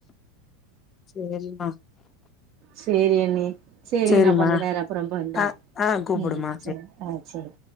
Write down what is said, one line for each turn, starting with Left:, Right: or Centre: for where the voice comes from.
Left: சேரிமா
Right: சேரி அண்ணி சேரி
Left: சரிம்மா
Right: நா கொஞ்ச நேரோ அப்பறம் பண்றேன்
Left: ஆ ஆ கூப்புடுமா
Right: ம் சேரி ஆ சேரி